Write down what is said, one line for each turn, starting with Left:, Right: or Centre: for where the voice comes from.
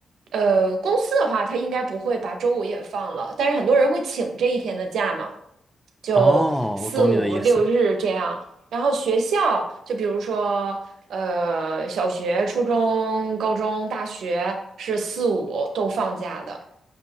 Right: 呃公司的话，它应该不会把周五也放了，但是很多人会请这一天的假嘛。就四五六日这样。
Centre: 哦，我懂你的意思。
Right: 然后学校，就比如说，呃，小学、初中、高中、大学是四五都放假的。